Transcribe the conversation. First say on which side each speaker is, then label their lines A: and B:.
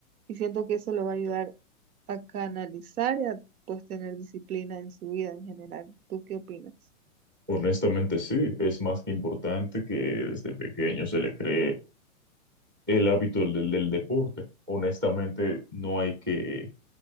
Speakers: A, on the right; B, on the right.
A: y siento que eso lo va a ayudar a canalizar y a pues tener disciplina en su vida en general. ¿Tú qué opinas?
B: Honestamente, sí, es más que importante que desde pequeño se le cree el hábito del, del deporte. Honestamente, no hay que